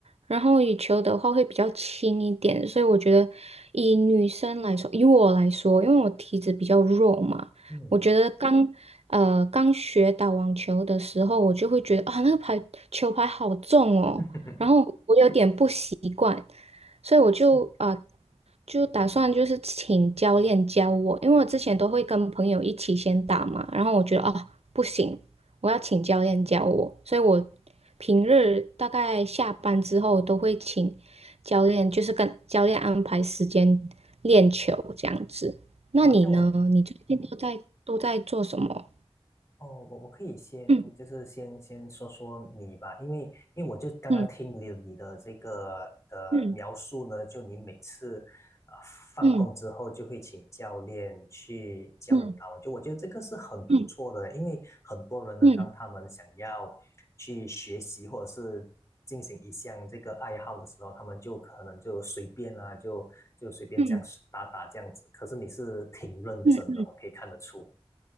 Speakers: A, on the right; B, on the left.
A: 然后羽球的话会比较轻一点，所以我觉得以女生来说，以我来说，因为我体质比较弱嘛，
B: 嗯，
A: 我觉得刚呃刚学打网球的时候，我就会觉得啊那个拍球拍好重哦，
B: <laughs>
A: 然后我有点不习惯，所以我就啊。
B: 是
A: 呃就打算就是请教练教我，因为我之前都会跟朋友一起先打嘛，然后我觉得哦不行，我要请教练教我，所以我平日大概下班之后都会请教练，就是跟教练安排时间练球这样子。那你呢？
B: 哇，这样我
A: 你最近都在都在做什么？
B: 嗯，哦，我我可以先就是先先说说你吧，
A: 嗯
B: 因为因为我就刚刚听了你的这个的描述呢，
A: 嗯嗯
B: 就你每次啊、呃放工之后就会请教练去教你打网球，
A: 嗯嗯
B: 我觉得这个是很不错的，
A: 嗯
B: 因为很多人呢，
A: 嗯嗯
B: 当他们想要去学习或者是进行一项这个爱好的时候，他们就可能就随便啊，就就随便这样打打这样子，
A: 嗯
B: 可是你是挺认真的，
A: 嗯。
B: 我可以看得出。